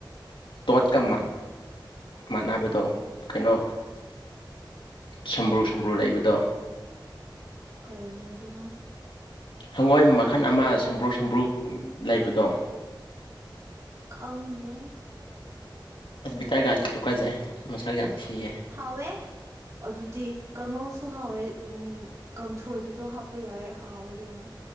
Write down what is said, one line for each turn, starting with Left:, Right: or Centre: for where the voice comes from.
Left: ꯇꯣꯠ ꯀꯃꯥꯟ ꯃꯥꯟꯅꯕꯗꯣ ꯀꯩꯅꯣ ꯁꯝꯕ꯭ꯔꯨ ꯁꯝꯕ꯭ꯔꯨ ꯂꯩꯕꯗꯣ
Right: ꯀꯩꯅꯣ ꯑꯗꯨꯅ
Left: ꯍꯪꯉꯣꯏ ꯃꯈꯜ ꯑꯃ ꯁꯝꯕ꯭ꯔꯨ ꯁꯝꯕ꯭ꯔꯨ ꯂꯩꯕꯗꯣ
Right: ꯈꯪꯗꯦ
Left: ꯑꯁꯕꯤꯇꯥꯔ ꯒꯥꯗꯤ ꯇꯨꯒꯥꯖꯩ ꯃꯁꯜ ꯌꯥꯝ ꯊꯤꯌꯦ
Right: ꯍꯥꯎꯋꯦ ꯑꯗꯨꯗꯤ ꯀꯥꯡꯉꯧꯁꯨ ꯍꯥꯎꯋꯦ ꯀꯥꯡꯁꯣꯏꯗꯨꯁꯨ ꯍꯥꯞꯄ ꯌꯥꯏ ꯍꯥꯎꯋꯦ ꯀꯩꯅꯣ